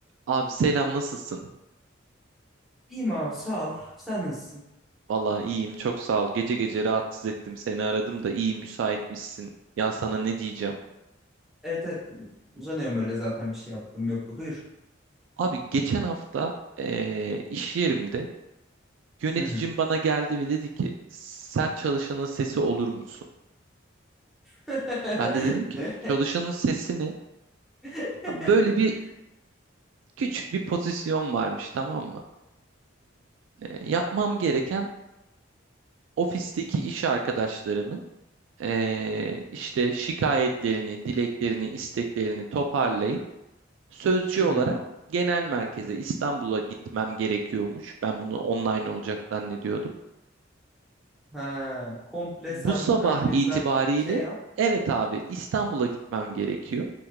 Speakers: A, on the right; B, in the centre.
A: Abi selam nasılsın?
B: İyiyim abi sağ ol. Sen nasılsın?
A: Vallahi iyiyim çok sağ ol. Gece gece rahatsız ettim seni aradım da iyi müsaitmişsin. Ya sana ne diyeceğim?
B: Evet evet uzanıyorum öyle zaten bir şey yaptım yoktu. Buyur.
A: Abi geçen hafta eee, iş yerimde yöneticim
B: Hı hı.
A: bana geldi ve dedi ki sen çalışanın sesi olur musun?
B: <laughs>
A: Ben de dedim ki
B: Ne?
A: çalışanın sesi ne?
B: <laughs>
A: Abi Böyle bir küçük bir pozisyon varmış tamam mı? Eee, yapmam gereken ofisteki iş arkadaşlarımın eee, işte şikayetlerini, dileklerini, isteklerini toparlayıp Sözcü
B: Hı
A: olarak
B: hı.
A: genel merkeze İstanbul'a gitmem gerekiyormuş. Ben bunu online olacak zannediyordum.
B: Ha, komple
A: Bu
B: sen
A: sabah
B: herkesten
A: itibariyle
B: şey yap.
A: evet abi İstanbul'a gitmem gerekiyor.